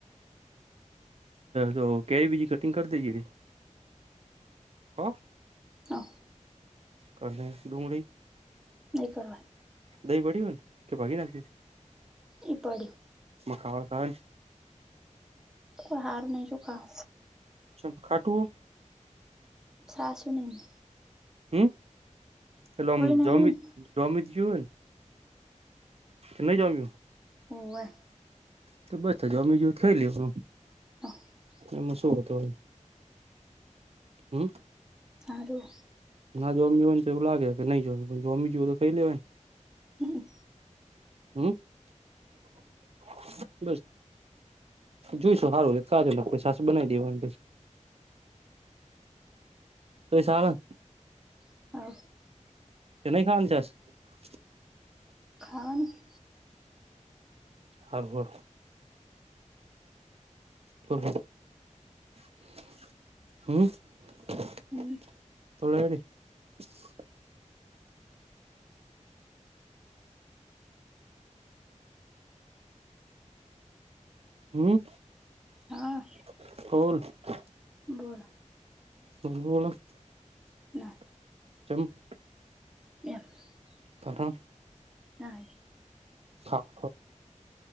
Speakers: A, on the right; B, in the centre.
A: તો કે, બીજી કટિંગ કર દે, જે. હ,
B: હો
A: કને ડુંગળી.
B: નઈ કરવાનું
A: દહીં પડી હોને, કે ભાગી નાખી.
B: ઈ પડ્યું.
A: ખાવા તો આવે.
B: તો કોઈ હાર નહીં, તુ ખા.
A: ચમ ખાટુંઓ.
B: સા, શું નહીને?
A: હમ, એલોમ
B: નહી
A: જમ, જમિત જુવન. કે ન જામ.
B: હોવે.
A: તો બસ, હજુ અમે જો થઈ લેવા.
B: <unintelligible>
A: એમાં શું હતું? હમ.
B: <unintelligible>
A: ના, જોવામી હોય ને, તો એવું લાગે કે, નહીં, જોમ જમી જાવ તો ખાઈ લેવાય.
B: હમ
A: <unintelligible> જોઈશું. સારું, કાલે છાશ બનાવી દઈશું. તમે સારા.
B: <unintelligible>
A: તમે નાઈ ખાઈ જવાના હો?
B: ખાવાની.
A: હા, કરું. <unintelligible> હમ. <unintelligible>
B: હમ
A: હમ.
B: હા
A: <unintelligible>
B: બોલો
A: <unintelligible>
B: ના
A: <unintelligible>
B: <unintelligible>
A: <unintelligible>
B: ના
A: હા